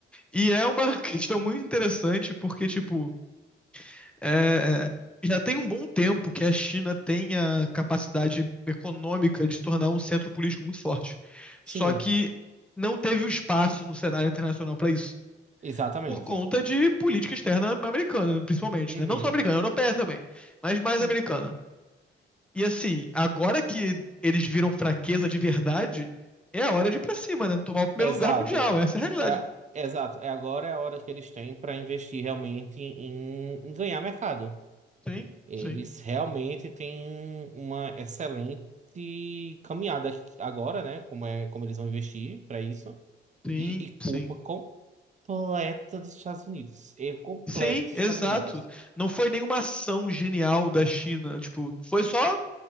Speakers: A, in the centre; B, on the right.
A: E é uma <laughs> questão muito interessante, porque, tipo, é, é, já tem um bom tempo que a China tem a capacidade econômica de se tornar um centro político muito forte.
B: Sim,
A: Só que não teve o espaço no cenário internacional para isso.
B: exatamente.
A: Por conta de política externa americana, principalmente,
B: Uhum,
A: né? Não só americana, europeia também, mas mais
B: sim.
A: americana. E assim, agora que eles viram fraqueza de verdade, é a hora de ir pra cima, né? Tomar o primeiro
B: Exato.
A: lugar mundial. Essa é a realidade.
B: É, exato. É agora é a hora que eles têm para investir realmente em, em ganhar mercado.
A: Sim,
B: Eles
A: sim,
B: realmente têm uma excelente caminhada agora, né? Como é, como eles vão investir para isso.
A: sim,
B: E, e culpa
A: sim.
B: completa dos Estados Unidos. Erro completo
A: Sim,
B: dos Estados
A: exato.
B: Unidos.
A: Não foi nenhuma ação genial da China, tipo, foi só